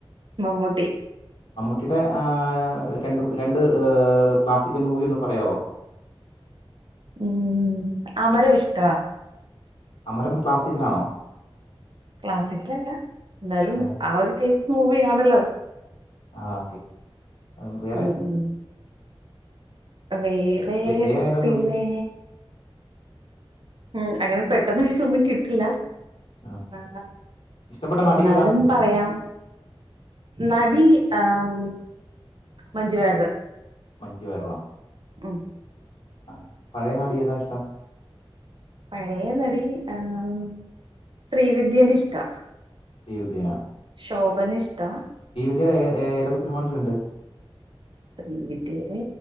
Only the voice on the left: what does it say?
ട്ടിടെ ആ രണ്ട് രണ്ട് ഹ് ക്ലാസിക്കൽ മൂവി ഒന്ന് പറയാവോ?
അമരം ക്ലാസിക്കലാണോ?
ആഹ്
ആ ഓക്കെ മം വേറെ?
വേ- വേറെ ഏതാ
മൂവി
ആഹ്
ഇഷ്ടപ്പെട്ട
നടി ഏതാ
മഞ്ചു വാരിറോ?
ആ പഴയ നടിയെതാഷ്
ശ്രീ വിദ്യനാ.
ഇദിനെ ഏ ഏതൊക്കെ സിനിമണ്ടിട്ടുണ്ട്?